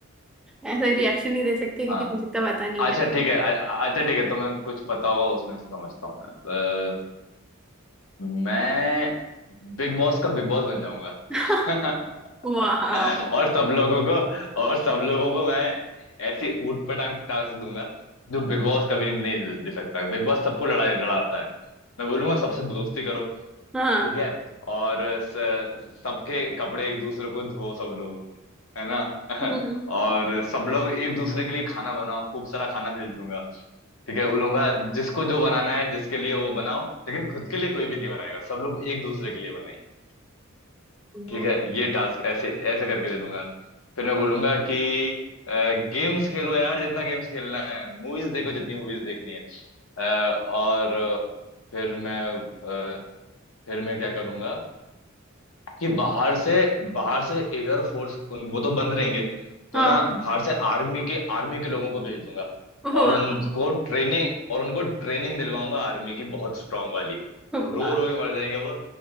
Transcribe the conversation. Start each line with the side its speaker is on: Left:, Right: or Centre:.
Centre: ऐसा रिएक्शन नहीं दे सकती क्योंकि
Left: हाँ
Centre: मुझे तो पता नहीं
Left: अच्छा ठीक है अ- अच्छा ठीक है तुम्हें कुछ पता होगा उसमें से समझता हूँ मैं अ, मैं बिग बॉस का बिग बॉस बन जाऊंगा
Centre: <laughs>
Left: <laughs>
Centre: वाह
Left: और सब लोगों को और सब लोगों को मैं ऐसी ऊटपटांग टास्क दूंगा जो बिग बॉस कभी नहीं दे दे सकता बिग बॉस सबको लड़ाई लड़ाता है मैं बोलूंगा सबसे दोस्ती करो
Centre: हाँ
Left: ठीक है और स- सबके कपड़े एक दूसरे को धो सब लोग है ना <laughs>
Centre: हम्म,
Left: और सब लोग एक दूसरे के लिए खाना बनाओ खूब सारा खाना भेज दूंगा ठीक है बोलूंगा जिसको जो बनाना है जिसके लिए वो बनाओ लेकिन खुद के लिए कोई भी नहीं बनाएगा सब लोग एक दूसरे के लिए बनाएंगे
Centre: वो-
Left: ठीक है ये टास्क ऐसे ऐसे करके दे दूंगा फिर मैं बोलूंगा कि गेम्स खेलो यार जितना गेम्स खेलना है मूवीज देखो जितनी मूवीज देखनी है अ, और अ, फिर मैं अ, फिर मैं क्या करूंगा कि बाहर से बाहर से एयर फोर्स उन वो तो बंद रहेंगे तो
Centre: हाँ
Left: ना बाहर से आर्मी के आर्मी के लोगों को भेज दूंगा
Centre: वाह
Left: और उनको ट्रेनिंग और उनको ट्रेनिंग दिलवाऊंगा आर्मी की बहुत स्ट्रांग वाली रो
Centre: वाह
Left: रो के मर जाएंगे वो